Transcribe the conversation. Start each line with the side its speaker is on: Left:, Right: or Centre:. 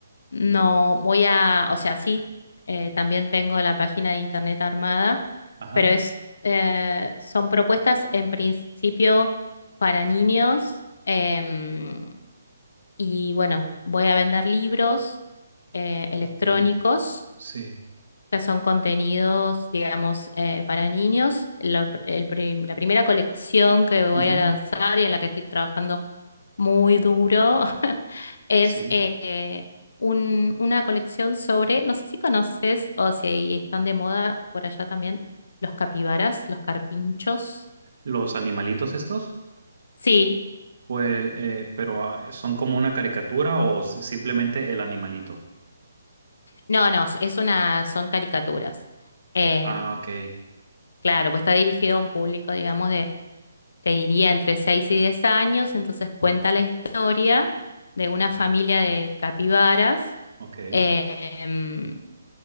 Left: No, voy a, o sea, sí, eh, también tengo la página de internet armada,
Right: Ajá,
Left: pero es, eh, son propuestas en principio para niños em, y bueno, voy a vender libros eh, electrónicos
Right: ok, sí,
Left: que son contenidos, digamos, eh, para niños. Lo- el prim- la primera colección que voy
Right: ujú,
Left: a lanzar y en la que estoy trabajando muy duro. <laughs> Es
Right: sí.
Left: eh, eh, un- una colección sobre, no sé si conoces o si ahí están de moda por allá también, los capibaras, los carpinchos.
Right: ¿Los animalitos estos?
Left: Sí,
Right: Pues, eh, pero ah, ¿son como una caricatura o s- simplemente el animalito?
Left: no, no, es una, son caricaturas. Em,
Right: Ah, ok,
Left: claro, pues está dirigido a un público, digamos, de, te diría, entre 6 y 10 años, entonces cuenta la historia de una familia de capibaras.
Right: ok.
Left: em,